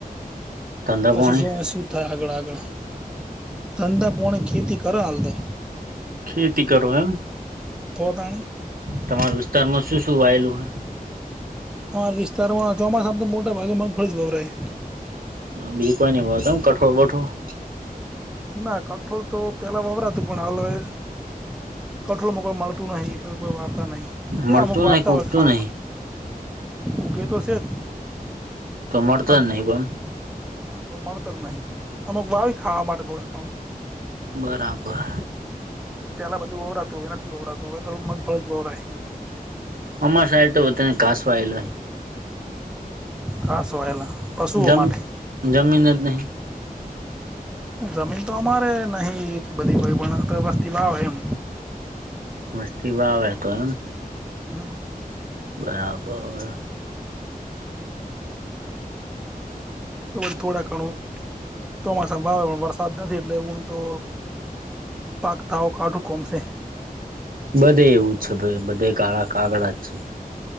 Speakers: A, on the right; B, in the centre.
A: ધંધા
B: પછી
A: પાણી
B: જોવે શું થાય આગળ આગળ ધંધા પોણ ખેતી કર હાલ તો
A: ખેતી કરો એમ
B: તો તાણી
A: તમાર વિસ્તાર માં શું શું વાયલૂ હે
B: અમારા વિસ્તારમાં ચોમાસામ તો મોટા ભાગેમાં મગફળી જ વપરાય
A: બીજું કઈ નઈ વાવતા એમ કઠોળ બથોડ
B: ના કઠોળ તો પેલા વવરાતું પણ હવે કઠોળમાં કોઈ મળતું નહિ એટલે કોઈ વાવતા નહી છે
A: મળતું
B: અમુક વાવતા
A: નહિ કે
B: હોય
A: ઉગતું
B: ખાવા
A: નહિ
B: માટે ઉગ તો શે જ
A: તો મળતો
B: પણ
A: જ નહીં
B: હા કો મળતર નહી આમક વાવી ખાવા માટે થોડા કણ
A: બરાબર
B: પેલા બધું વવરાતું હવે નથી વવરાતું હવે તો રો મગફળી જ વવરાય
A: અમાર સાઈડ તો બધાને ઘાસવાયેલ
B: ઘાસ વાયેલ પશુઓ
A: જમ
B: માટે
A: જમીન જ નહી
B: જમીન તો અમારે નહી એટલી બધી તો કોઈ પણ વસ્તી વાવે એમ
A: વસતી વાવે તો એમ
B: હમ
A: બરાબર
B: તો થોડા ઘણું ચોમાસા ભાવે પણ વરસાદ નથી એટલે એવુંને તો પાક થાવુ કાઠું કોમ સે
A: બધે એવું જ છે ભઈ બધે કાળા કાગડા જ છે